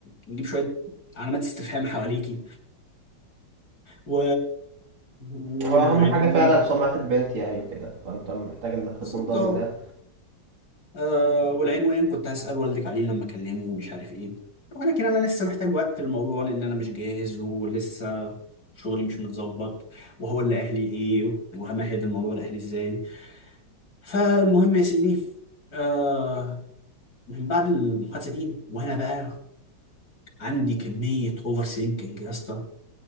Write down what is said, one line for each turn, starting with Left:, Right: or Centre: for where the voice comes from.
Left: يجيب شويه علامات استفهام حواليكي و... والعلمين
Right: هو اهم حاجة فعلا سمعة البنت يعني وكده فانت محتاج انك تكون
Left: بالظبط
Right: ضامن
Left: آه.
Right: ده
Left: آه والعنوان كنت هسأل والدك عليه لما أكلمه ومش عارف إيه ولكن أنا لسه محتاج وقت الموضوع لأن أنا مش جاهز ولسه شغلي مش متظبط وهو اللي أهلي إيه وهمهد الموضوع لأهلي إزاي فالمهم يا سيدي آه من بعد المحادثة دي وأنا بقى عندي كمية أوفر سينكينج يا اسطى